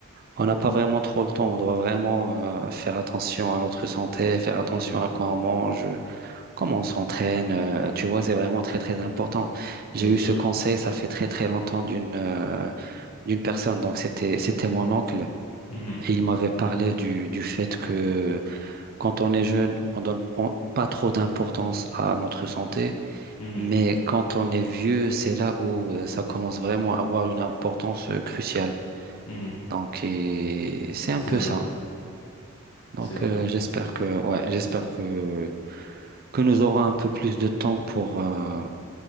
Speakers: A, on the right; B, on the left.
A: on n'a pas vraiment trop le temps. On doit vraiment euh, faire attention à notre santé, faire attention
B: Mhm,
A: à quoi on mange, euh, comment
B: mhm,
A: on s'entraîne. euh, tu vois, c'est vraiment très très important. J'ai
B: Bien
A: eu
B: sûr.
A: ce conseil, ça fait très très longtemps d'une euh, d'une personne. Donc c'était c'était mon oncle.
B: Mhm,
A: Et il m'avait parlé du, du fait que quand on est jeune, on donne pas pas trop d'importance à notre santé.
B: mhm,
A: Mais quand on est vieux, c'est là où euh, ça commence vraiment à avoir une importance euh, cruciale.
B: mhm.
A: Donc, et c'est
B: C'est
A: un peu
B: vrai,
A: ça.
B: c'est
A: Donc,
B: vrai.
A: euh, j'espère que, ouais, j'espère que, que nous aurons un peu plus de temps pour, euh,